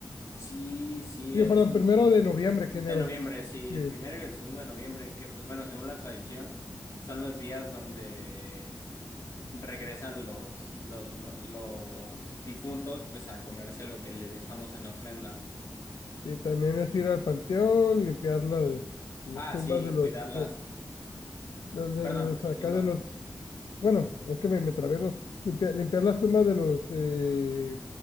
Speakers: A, on the left; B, on the left.
A: Sí, sí,
B: Sí,
A: es
B: perdón,
A: mm,
B: primero de noviembre,
A: de
B: que enero.
A: noviembre, sí,
B: Sí,
A: el primero y el segundo de noviembre, que pues bueno, según la tradición, son los días donde regresan los, los, mu- los difuntos, pues a comerse lo que les dejamos en la ofrenda.
B: y también es ir al panteón, limpiar las, las
A: Ah,
B: tumbas
A: sí,
B: de los,
A: cuidarlas.
B: del de- de
A: Perdón,
B: los, acá
A: continúa.
B: de los, bueno, es que me, me trabé, ¿no? Limpiar, limpiar las tumbas de los, eh,